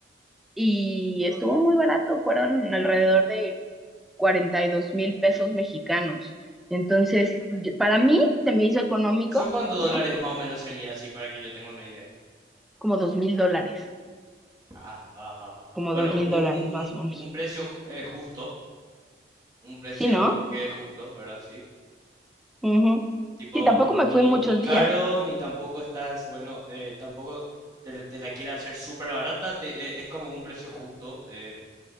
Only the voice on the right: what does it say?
¿Eso cuántos dólares
más o menos sería así para que yo tenga una idea?
Ah, va, va, va,
va. Bueno,
un,
un, un,
un precio eh, justo, un precio
que es justo, ¿verdad? Sí.
Tipo,
ni,
ni caro,
ni tampoco estás, bueno, eh, tampoco te, te la quiere hacer súper barata, te- eh, es como un precio justo, eh,